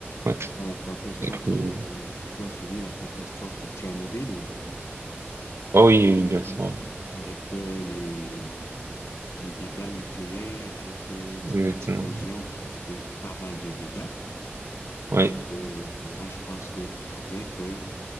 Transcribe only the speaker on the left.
Dans la catastrophe
de, tu, tu as suivi la catastrophe de Tchernobyl,
avec euh, les, les dégâts nucléaires, avec euh,
cette
explosion qui a fait pas mal de dégâts.
Donc, euh, pour moi, je pense qu'il faudrait que